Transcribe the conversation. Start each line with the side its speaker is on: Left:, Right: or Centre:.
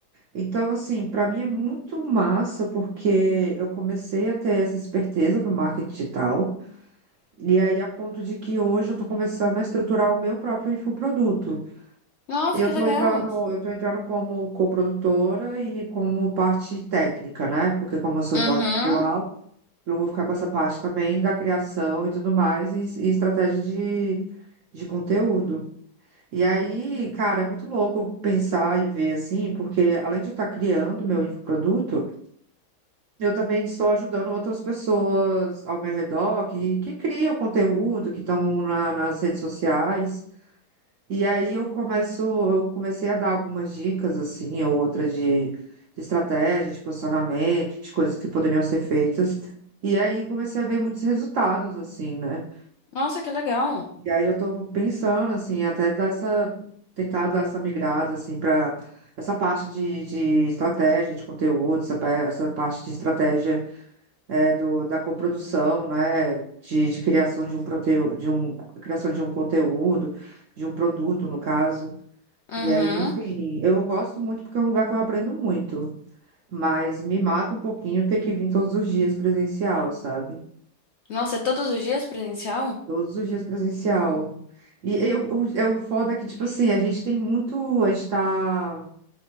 Right: Então, assim, para mim é muito massa, porque eu comecei a ter essa esperteza do marketing digital. E aí, a ponto de que hoje eu estou começando a estruturar o meu próprio infoproduto.
Left: Nossa,
Right: Eu
Left: que
Right: estou
Left: legal.
Right: entrando, eu estou entrando como coprodutora e como parte técnica, né? Porque como eu sou
Left: Uhum.
Right: do audiovisual, eu vou ficar com essa parte também da criação e tudo mais, e, e estratégia de, de conteúdo. E aí, cara, é muito louco pensar e ver assim, porque além de eu estar criando meu infoproduto, eu também estou ajudando outras pessoas ao meu redor que, que criam conteúdo, que estão na- nas redes sociais. E aí eu começo, eu comecei a dar algumas dicas, assim, ou outras de, de estratégia, de posicionamento, de coisas que poderiam ser feitas. E aí comecei a ver muitos resultados, assim, né?
Left: Nossa, que legal.
Right: E aí eu estou pensando, assim, até dar essa, tentar dar essa migrada, assim, para essa parte de, de estratégia, de conteúdo, essa, pa- essa parte de estratégia é, do, da coprodução, né, de, de criação de um proteu, de um criação de um conteúdo, de um produto, no caso.
Left: Uhum.
Right: E aí, enfim, eu gosto muito porque é um lugar que eu aprendo muito, mas me mata um pouquinho ter que vir todos os dias presencial, sabe?
Left: Nossa, é todos os dias presencial?
Right: Todos os dias presencial. E eu, eu, eu foda é que, tipo assim, a gente tem muito, a gente tá